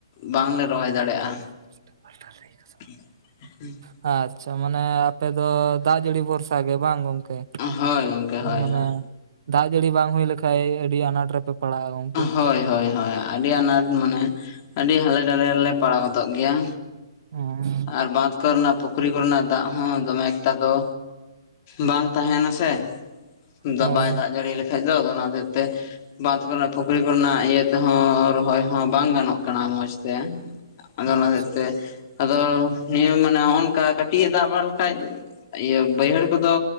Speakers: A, on the left; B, on the right.
A: ᱵᱟᱝᱞᱮ ᱨᱚᱦᱚᱭ ᱫᱟᱲᱮᱭᱟᱜᱼᱟ
B: <unintelligible>
A: ᱦᱩ
B: ᱟᱪᱪᱷᱟ ᱢᱟᱱᱮ ᱟᱯᱮ ᱫᱚ ᱫᱟᱜ ᱡᱟᱹᱲᱤ ᱵᱷᱚᱨᱥᱟ ᱜᱮ ᱵᱟᱝ ᱜᱚᱝᱠᱮ?
A: ᱦᱳᱭ ᱜᱚᱢᱠᱮ
B: ᱢᱟᱱᱮ
A: ᱦᱳᱭ ᱦᱳᱭ
B: ᱫᱟᱜ ᱡᱟᱹᱲᱤ ᱵᱟᱝ ᱦᱩᱭ ᱞᱮᱠᱷᱟᱡ ᱟᱹᱰᱤ ᱟᱱᱟᱴ ᱨᱮᱯᱮ ᱯᱟᱲᱟᱜᱼᱟ ᱜᱚᱝᱠᱮ
A: ᱦᱳᱭ ᱦᱳᱭ ᱦᱳᱭ ᱟᱹᱰᱤ ᱟᱱᱟᱴ ᱢᱟᱱᱮ ᱟᱹᱰᱤ ᱦᱟᱞ ᱟᱞᱮᱞᱮ ᱯᱟᱲᱟᱣ ᱜᱚᱫᱚᱜ ᱜᱮᱭᱟ
B: ᱦ
A: ᱟᱨ ᱵᱟᱸᱫᱽᱷ ᱠᱚᱨᱮᱱᱟᱜ ᱯᱩᱠᱷᱨᱤ ᱠᱚᱨᱮᱱᱟᱜ ᱫᱟᱜ ᱦᱚᱸ ᱫᱚᱢᱮ ᱮᱠᱴᱟ ᱫᱚ ᱵᱟᱝ ᱛᱟᱦᱮᱱᱟ ᱥᱮ ᱫ
B: ᱦᱳᱭ
A: ᱵᱟᱭ ᱫᱟᱜ ᱡᱟᱲᱤ ᱞᱮᱠᱷᱟᱱᱡ ᱫᱚ ᱟ ᱚᱱᱟ ᱦᱚᱛ ᱛᱮ ᱵᱟᱸᱫ ᱠᱚᱨᱮ ᱯᱩᱠᱷᱨᱤ ᱠᱚᱨᱮᱱᱟᱜ ᱤᱭᱟᱹ ᱛᱮᱦᱚᱸ ᱨᱚᱦᱚᱭ ᱦᱚᱸ ᱵᱟᱝ ᱜᱟᱱᱚᱜ ᱠᱟᱱᱟ ᱢᱚᱸᱡᱽᱛᱮ ᱟᱫᱚ ᱚᱱᱟ
B: ᱟᱪᱪᱷᱟ
A: ᱦᱚᱛᱮᱜ ᱛᱮ ᱟᱫᱚ ᱱᱤᱭᱟᱹ ᱢᱟᱱᱮ ᱱᱚᱜᱼᱚ ᱱᱚᱝᱠᱟ ᱠᱟᱹᱴᱤᱡ ᱮ ᱫᱟᱜ ᱵᱟᱲᱟ ᱞᱮᱠᱷᱟᱡ ᱤᱭᱟᱹ ᱵᱟᱹᱭᱦᱟᱹᱲ ᱠᱚᱫᱚ